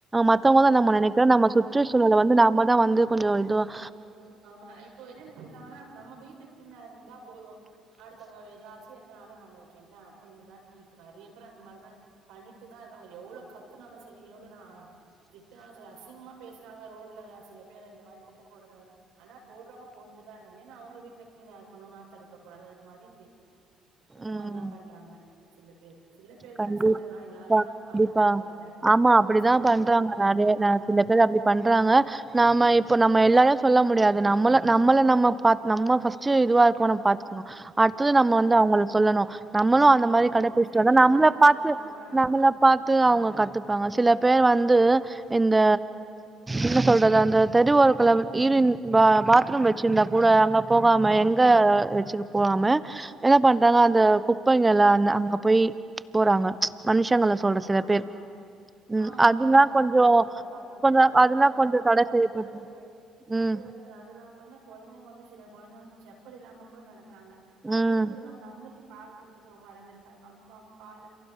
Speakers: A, on the right; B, on the right.
A: மத்தவங்கதான்
B: ஆமா
A: நம்ம நினைக்கிறோம்
B: தோழி ஆமா
A: நம்ம
B: தோழி
A: சுற்றுச்சூழலை
B: கண்டிப்பா
A: வந்து நாமதான் வந்து கொஞ்சம் இதுவும்
B: ஆமா இப்போ எதுநெனைகிராங்கன்னா நம்ம வீட்டுக்குன்ன இருந்தா போதும் அடுத்தவங்க ஏதாச்ச என்ன ஆனா நம்மளுக்கு என்ன அப்படின்னு தா இப்ப நிறைய பேர் அந்த மாதிரி தான் பண்ணிட்டு தான் இருக்காங்க எவ்வளவு கத் தினாலும் சரி எவ்ளவு ந திட்டினாலும் சரி அசிங்கமா பேசுறாங்க ரோட்ல அது சில பேர் அந்த மாதிரி குப்ப போடுறது அது ஆனா போடுறவங்க போட்டுட்டுதான் இருக்றாங்க ஏன்னா அவங்க வீட்டுல க்லீனா இருக்கணும் நாத்த எடுக்க கூடாது அது மாரி இந்த
A: ம்
B: மாரில்லாம் பண்றாங்க சில பேரு சில பேரு
A: கண்டிப்
B: தான் சொல்றேன் நா எல்லாரையும்
A: கண்டிப்பா,
B: நான் கார்ணர்
A: கண்டிப்பா.
B: பண்ணி சொல்லல
A: ஆமா அப்படிதான்
B: சில பேர்
A: பண்றாங்க
B: தா சொல்றே
A: நிறைய நேரத்துல
B: ஆமா
A: இப்பதான் அப்டி பண்றாங்க நாம இப்ப நம்ம எல்லாறையும் சொல்ல முடியாது நம்மள நம்மள நம்ம பா நம்ம ஃபர்ஸ்ட் இதுவா இருக்கும் நம்ம அடுத்தது
B: ம்
A: நம்ம வந்து அவங்களுக் சொல்லணும் நம்மளும் அந்த மாதிரி
B: ரோட்
A: கடைபிடிச்ச
B: சைட்
A: வந்தா
B: எல்லா
A: நம்மள
B: எதுவு கிளீன்
A: பாத்து
B: இல்லாம அந்த
A: நம்ம அத பாத்து அவங்க கத்துப்பாங்க சில பேர் வந்து இந்த என்ன சொல்றது அந்த தெரு ஓரத்துல யூரின் பாத்ரூம் வச்சிருந்தா கூட அங்க போகாம எங்க வச்சுக்கு போகாம என்ன பண் அங்க அந்த குப்பைங்கல்ல அந்த அங்க போய் போறாங்க மனுஷங்கல சொல்ற சில
B: ஆமா
A: பேர்
B: ஆமா
A: ம்
B: ஆமா ஆமா
A: அதுனா
B: நானும் பாத்துருக்கேன்
A: கொஞ்சோ
B: அதே பார பாத்துருக்கேன்
A: கொஞ்சோ
B: அதுவும்
A: அதுனா
B: இல்லாம
A: கொஞ்சோ
B: ரோட்ட
A: தட
B: துப்புறது
A: செய்யப்பட்டு
B: துப்புறது
A: ம்
B: அதெல்லாம் என்ன குழந்தைங்க வந்து சில குழந்தைங்க வந்து சில குழந்தங்க செப்பல் இல்லாம கூட நடக்கறாங்க அதை
A: ம்
B: துப்புறதுலல்லாம் நம்மளுக்கே பாக்கறதுக்கு ரொம்ப அரவருப்பா இருக்கும் அது பாருங்க கால